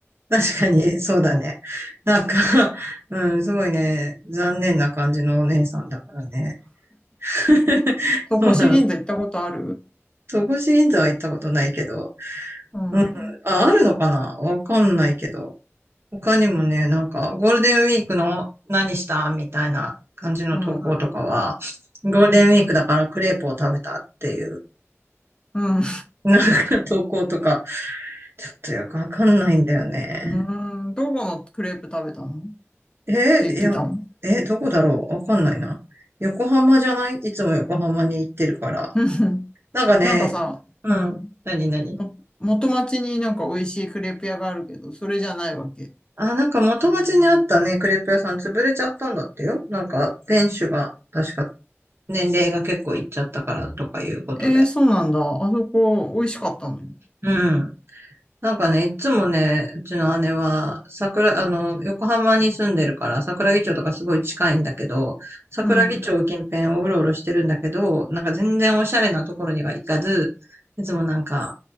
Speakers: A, on the right (about 55°); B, on the left (about 20°).
A: 確かに、そうだね。なんか <laughs> うん、すごいね、残念な感じのお姉さんだからね。<laughs>
B: 戸越銀座行ったことある
A: そうなの。戸越銀座は行ったことないけど。
B: うん。
A: うん。あ、あるのかなわかんないけど。他にもね、なんか、ゴールデンウィークの何したみたいな感じの投稿とかは、
B: うん。
A: ゴールデンウィークだからクレープを食べたっていう、
B: うん。うん。
A: なんか投稿とか、ちょっとよくわかんないんだよね。
B: うんどこのクレープ食べたのっ
A: えーいや、
B: て言ってたの。
A: えーどこだろうわかんないな。横浜じゃないいつも横浜に行ってるから。
B: うん <laughs>
A: なんかね、
B: なんかさ、
A: うん。
B: うん。
A: 何何
B: も元町になんか美味しいクレープ屋があるけど、それじゃないわけ。
A: あ、なんか元町にあったね、クレープ屋さん潰れちゃったんだってよ。なんか、店主が、確か、年齢が結構いっちゃったからとかいうことで。
B: えー、そうなんだ。あそこ、美味しかったのに。
A: うん。なんかね、いつもね、うちの姉は、桜、あの、横浜に住んでるから、桜木町とかすごい近いんだけど、桜木町近辺をうろうろしてるんだけど、
B: うん。
A: なんか全然おしゃれなところには行かず、いつもなんか、